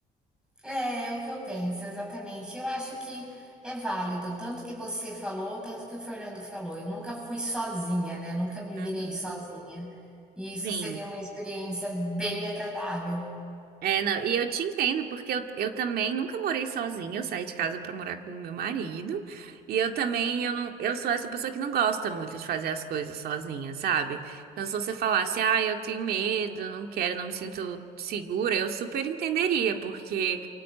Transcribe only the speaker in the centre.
É, é o que eu penso, exatamente. Eu acho que é válido, tanto que você falou, tanto que o Fernando falou. Eu nunca fui sozinha, né? Nunca me
virei sozinha. E isso
seria uma experiência bem agradável.